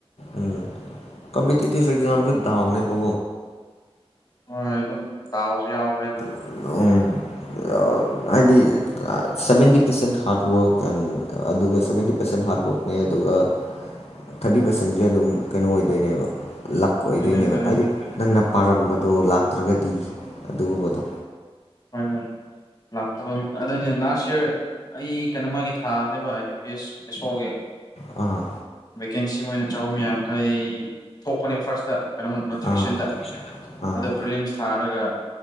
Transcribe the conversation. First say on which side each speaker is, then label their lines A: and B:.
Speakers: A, on the left (about 80°); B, on the left (about 40°).
A: ꯎꯝ ꯀꯝꯄꯤꯇꯤꯇꯤꯞ ꯑꯦꯛꯖꯥꯝꯁꯨ ꯗꯥꯎꯅꯦ ꯀꯣ
B: ꯍꯣꯏ ꯑꯗꯨꯝ ꯗꯥꯎꯁꯨ ꯌꯥꯎꯕꯅꯦ ꯑꯗꯨꯝ
A: <unintelligible> ꯍꯥꯏꯗꯤ ꯁꯕꯦꯟꯇꯤ ꯄꯔꯁꯦꯟ ꯍꯥꯔꯠꯋꯔꯛ ꯑꯦꯟ ꯑꯗꯨꯒ ꯁꯕꯦꯟꯇꯤ ꯄꯔꯁꯦꯟ ꯍꯥꯔꯗꯋꯔꯛ ꯅꯦ ꯑꯗꯨꯒ ꯊꯥꯔꯇꯤ ꯄꯥꯔꯁꯦꯟꯁꯦ ꯑꯗꯨꯝ ꯀꯩꯅꯣ ꯑꯣꯏꯗꯣꯏꯅꯦꯕ ꯂꯛ ꯑꯣꯏꯗꯣꯏꯅꯦꯕ
B: ꯑꯗꯨꯅꯦ ꯑꯗꯨꯅꯦ
A: ꯍꯥꯏꯗꯤ ꯅꯪꯅ ꯄꯥꯔꯝꯕꯗꯣ ꯂꯥꯛꯇ꯭ꯔꯒꯗꯤ ꯑꯗꯨꯒꯨꯝꯕꯗꯣ
B: ꯍꯣꯏ ꯍꯣꯏ ꯂꯥꯛꯇꯕ ꯑꯗꯨꯅꯤ ꯂꯥꯁ ꯏꯌꯥꯔ ꯑꯩ ꯀꯩꯅꯣꯃꯥꯒꯤ ꯊꯥꯕꯅꯦꯕ ꯑꯥꯏ ꯕꯤ ꯄꯤ ꯑꯦꯁ ꯑꯦꯁꯣꯒꯤ
A: ꯑꯥ
B: ꯚꯦꯀꯦꯟꯁꯤ ꯃꯣꯏꯅ ꯆꯍꯨꯝ ꯌꯥꯡꯈꯩ ꯊꯣꯛꯄꯅꯦꯕ ꯐꯥꯔꯁꯇ ꯀꯩꯅꯣꯃ ꯅꯣꯇꯤꯐꯤꯀꯦꯁꯟꯗ
A: ꯑꯥ ꯑꯥ
B: ꯑꯗꯣ ꯄ꯭ꯔꯤꯂꯤꯝꯁ ꯊꯥꯔꯒ